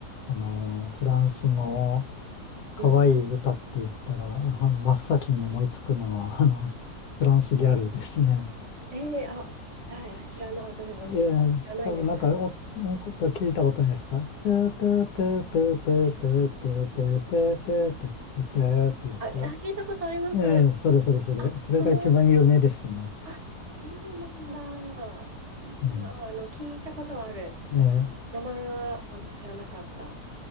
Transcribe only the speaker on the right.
うん。
ええあ、だい、知らない、私どん、
知らないです。
あ、あ、聞いたことあります。
あ、
その、あ、そうなんだ。あ、
あの、聞いたことはある。
名前は、あの、知らなかったっ